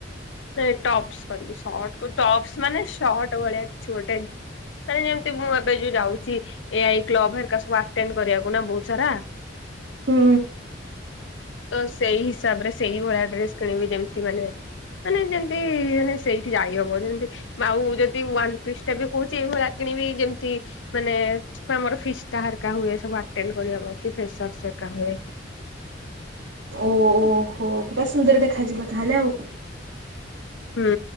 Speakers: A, on the left; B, on the right.
A: ନାଇଁ ଟପ୍ସ କରିବି ସଟ ଟପ୍ସ ମାନେ ସର୍ଟ ଭଳିଆ କିଛି ଗୋଟେ। ମାନେ ଯେମିତି ମୁଁ ଏବେ ଯୋଉ ଯାଉଛି ଏଆଇ କ୍ଲବ ହେରିକା ସବୁ ଆଟେନ କରିବାକୁ ନା ବହୁତ ସାରା।
B: ହୁଁ।
A: ତ ସେଇ ହିସାବ ରେ ସେଇ ଭଳିଆ ଡ୍ରେସ କିଣିବି ଯେମିତି ମାନେ ମାନେ ଯେମତି ମାନେ ସେଇଠି ଯାଇହବ ଯେମତି ଆଉ ଯଦି ୱନପିସ ତାକୁ କହୁଛି ଏଇ ଭଳିଆ କିଣିବି ଯେମିତି ମାନେ ଆମର ଫିସ଼ତାରକା ହୁଏ ସବୁଆଟେନ କରିବାକୁ ପ୍ରେସର ସିକା ହୁଏ।
B: ଓହୋ ପଟା ସୁନ୍ଦର ଦେଖାଯିବ ତାହେଲେ ଆଉ।
A: ହୁଁଁ